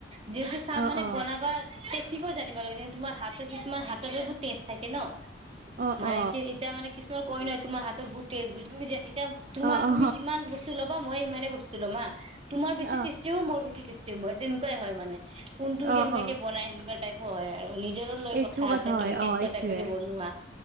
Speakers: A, on the right (about 30°); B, on the right (about 50°).
A: যিহেতু চাহ
B: অ
A: মানে
B: অ
A: বনাবা টেকনিকো জানিব লাগে তোমাৰ হাতৰ কিছুমান হাততো টেষ্ট থাকে ন'।
B: অ
A: মানে
B: অ
A: কি এতিয়া মানে কিছুমান কয় নহয় তোমাৰ হাতত বহুত টেষ্ট বলি তুমি যে তোমাৰ
B: অ অ
A: তুমি যিমান বস্তু ল'বা মই ইমানেই বস্তু লমা তোমাৰ বেছি
B: অ
A: টেষ্টি মোৰ বেছি টেষ্টি ম তেনেকুৱাই হয় মানে। কোনটো
B: অ
A: কেনেুৱাকে
B: অ
A: বনাই সেনেকুৱা টাইপো হয় আৰু। আৰু নিজৰো লৈ
B: এইটো
A: কথা আছে
B: হয়
A: তুমি কেনেকুৱা
B: অ এইটোয়ে
A: টাইপে দিব বনোৱা